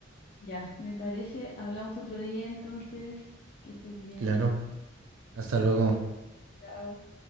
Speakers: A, on the left; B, on the right.
A: Ya, me parece, hablamos otro día entonces, que estés bien.
B: Claro, hasta luego.
A: Chao.